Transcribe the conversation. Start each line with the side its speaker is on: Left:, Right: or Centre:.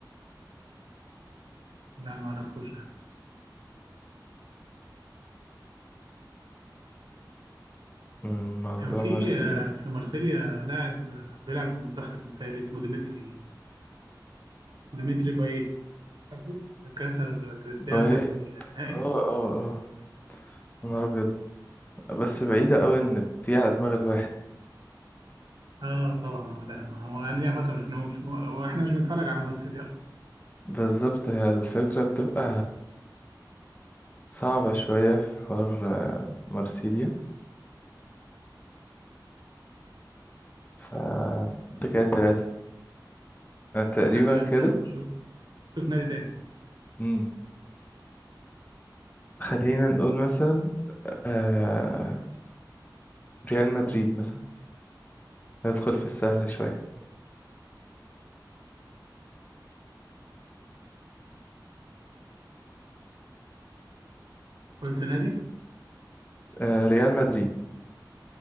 Right: لا ما اعرفوش ده
Left: أمم، موضوع
Right: كان في
Left: مرسيدس
Right: آه، في مارسيليا لاعب آه، بيلعب في المنتخب متهيألي اسمه ديمتري ديمتري بايه فاكره اللي كسر كريستيانو
Left: باي
Right: ده
Left: اه
Right: في النهائي
Left: اه اه يا نهار ابيض بس بعيدة قوي ان دي على دماغ الواحد
Right: اه طبعا هو ده ما هو انا ليا فتره ما شفناهوش هو- واحنا مش بنتفرج على مارسيليا اصلا
Left: بالظبط هي الفكرة بتبقى صعبة شوية في حوار آه، مرسيليا ف انت كده تلاتة أنا تقريبا
Right: طب ابدا
Left: كده
Right: شوف شوف نادي تاني
Left: مم. خلينا نقول مثلا آه... ريال مدريد مثلا ندخل في السهل شوية
Right: قلت نادي
Left: آه... ريال مدريد